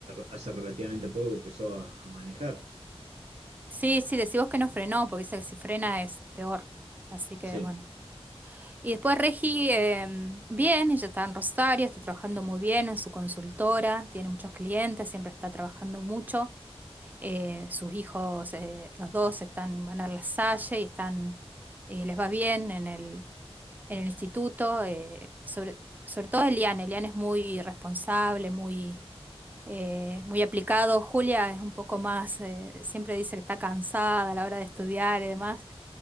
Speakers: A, on the right; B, on the right.
A: hace relativamente poco que empezó a, a manejar.
B: sí, sí, decimos que no frenó, porque dice que si frena es peor. Así que
A: Sí.
B: bueno. Y después Regi, eh, bien, ella está en Rosario, está trabajando muy bien en su consultora, tiene muchos clientes, siempre está trabajando mucho. Eh, sus hijos, eh, los dos están, van a la Salle y están, eh, les va bien en el, en el instituto. eh, sobre, sobre todo Eliane, Eliane es muy responsable, muy, eh, muy aplicado. Julia es un poco más, eh, siempre dice que está cansada a la hora de estudiar y demás.